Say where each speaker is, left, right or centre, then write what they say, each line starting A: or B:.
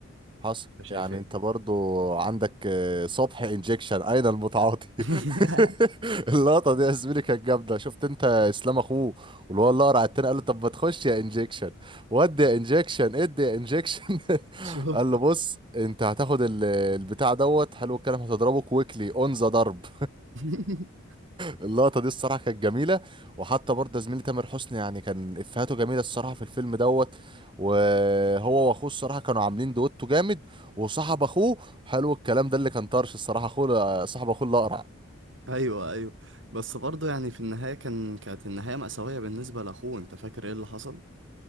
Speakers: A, on the right (about 20°); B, on the right (about 60°).
A: حصل
B: أنت شايف
A: يعني
B: إيه؟
A: انت برضو عندك آه، صبح انجكشن اين المتعاطي
B: <laughs>
A: <laughs> اللقطه دي يا زميلي كانت جامده شفت انت اسلام اخوه واللي هو اللي قرع التاني قال له طب ما تخش يا انجكشن ودي يا انجكشن ادي يا انجكشن <laughs>
B: شفته
A: قال له بص انت هتاخد ال- البتاع دوت حلو الكلام هتضربه كويكلي اون ذا ضرب
B: <laughs>
A: اللقطه دي الصراحه كانت جميله وحتى برضه زميلي تامر حسني يعني كان افهاته جميله الصراحه في الفيلم دوت وهو واخوه الصراحه كانوا عاملين دويتو جامد وصاحب اخوه حلو الكلام ده اللي كان طرش الصراحه اخوه صاحب اخوه الاقرع
B: ايوه ايوه بس برضه يعني في النهايه كان كانت النهايه مأساويه بالنسبه لاخوه انت فاكر ايه اللي حصل